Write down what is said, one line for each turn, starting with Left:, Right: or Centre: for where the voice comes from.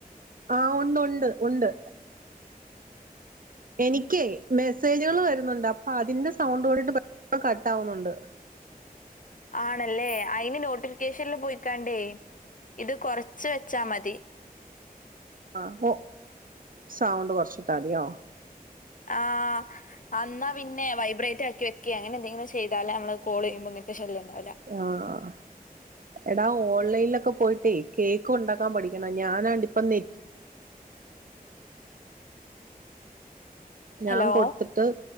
Right: ആഹ ഉണ്ട് ഉണ്ട് ഉണ്ട് എനിക്കേ മെസ്സേജുകൾ വരുന്നുണ്ട് അപ്പൊ അതിന്റെ സൗണ്ട് കടിട്ട് അ കട്ട ആാവുന്നുണ്ട്
Left: ആണല്ലേ അയിന് നോട്ടിഫിക്കേഷനൽ പോയിക്കാണ്ടേ ഇത് കൊറച്ച് വെച്ചാ മതി
Right: ആ ഓ സൗണ്ട് കുറച്ചിട്ടാതിയോ
Left: ആ അാ പിന്നെ വൈബ്രേറ്റ് ആക്കി വെക്ക അങ്ങനെ എന്തെങ്കിലും ചെയ്താല നമ്മള് കോൾ ചെയ്പോ ശല്യം ഉണ്ടാവില്ല
Right: ആഹ എടാ ഓൺലൈനിലൊക്കെ പോയിട്ടേ കേക്ക് ഉണ്ടാക്കാൻ പഠിക്കണ ഞാനാണ്ട്ിപ്പ നെറ്റ് ഞാൻ
Left: ഹലോ
Right: കൊടുത്തിട്ട്